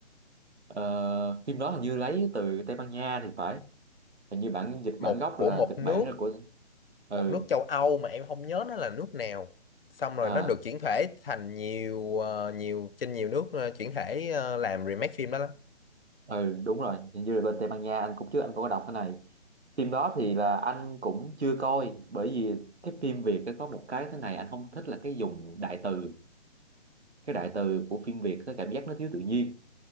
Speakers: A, on the right; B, on the left.
A: ờ, phim đó hình như lấy từ Tây Ban Nha thì phải. Hình như bản dịch
B: một
A: bản gốc
B: của
A: là
B: một
A: kịch
B: nước
A: bản là của ừ
B: một nước châu Âu mà em không nhớ nó là nước nào xong rồi
A: à
B: nó được chuyển thể thành nhiều ờ, nhiều trên nhiều nước ờ, chuyển thể ờ, làm remake phim đó lắm
A: ừ đúng rồi hình như là bên Tây Ban Nha anh cũng trước anh cũng có đọc cái này phim đó thì là anh cũng chưa coi bởi vì cái phim Việt nó có một cái thế này anh không thích là cái dùng đại từ cái đại từ của phim Việt nó cảm giác nó thiếu tự nhiên